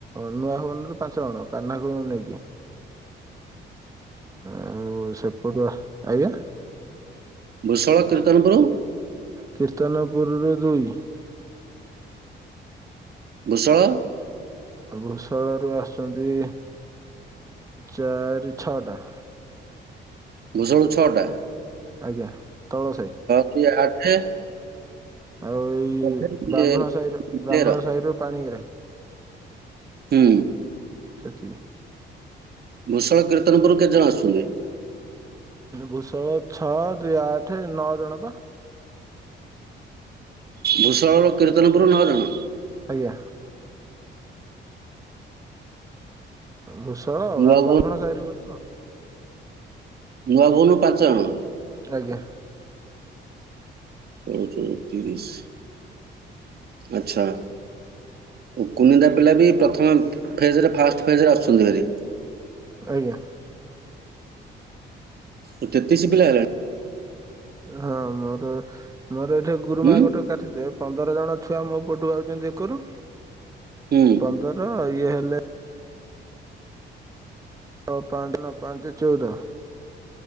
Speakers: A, on the right; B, on the right.
A: ନୂଆ ଭୁବନରୁ ପାଞ୍ଚ ଜଣ କାହ୍ନାକୁ ନେଇକି ଆଉ ସେପଟୁ ଆ- ଆଜ୍ଞା
B: ଭୂଷଳ କୀର୍ତ୍ତନପୁର
A: କୀର୍ତ୍ତନପୁରରୁ ଦୁଇ
B: ଭୁଷଳ
A: ଭୂଷଳରୁ ଆସୁଛନ୍ତି ଚାରି ଛଅଟା
B: ଭୂଷଳରୁ ଛଅଟା
A: ଆଜ୍ଞା, ତଳ ସାହି।
B: କି ଆଠେ
A: ଆଉ ଏଇ
B: ଆଠ
A: ବ୍ରାହ୍ମଣ ସାହିର
B: ତେର
A: ବ୍ରାହ୍ମଣ ସାହିରରୁ ପାଣିଗ୍ରାହୀ।
B: ହୁଁ
A: ସେତିକି।
B: ଭୂଷଳ କୀର୍ତ୍ତନପୁରରୁ କେତେଜଣ ଆସୁଛନ୍ତି।
A: ଭୂଷଳ ଛଅ ଦୁଇ ଆଠ ନଅ ଜଣ ପା
B: ଭୂଷଳରୁ କୀର୍ତ୍ତନପୁର ନଅ ଜଣ
A: ଆଜ୍ଞା। ଭୂଷଳ
B: ନୂଆ
A: ଆଉ
B: ଭୁବନ
A: ବ୍ରାହ୍ମଣ ସାହିରୁ ଗୋଟେ ଆଉ
B: ନୂଆ ଭୁବନରୁ ପାଞ୍ଚ ଜଣ।
A: ଆଜ୍ଞା।
B: ସୋଳ ଚଉତିରିଶ ଆଚ୍ଛା। ଓ କୁନିନ୍ଦା ପିଲା ବି ପ୍ରଥମେ ଫେଜରେ ଫାଷ୍ଟ ଫେଜରେ ଆସୁଛନ୍ତି ଭାରି।
A: ଆଜ୍ଞା।
B: ଆଉ ତେତିଶ ପିଲା ହେଲେଣି?
A: ହଁ ମୋର ମୋର ଏଇଠି ଗୁରୁମା
B: ହୁଁ
A: ଗୋଟେ କାଟିଦେ ପନ୍ଦର ଜଣ ଛୁଆ ମୋ ପଟୁ ଆଉଛନ୍ତି ଏକରୁ
B: ହୁଁ
A: ପନ୍ଦର ଇଏ ହେଲେ ନଅ ପାଞ୍ଚ ନଅ ପାଞ୍ଚ ଚଉଦ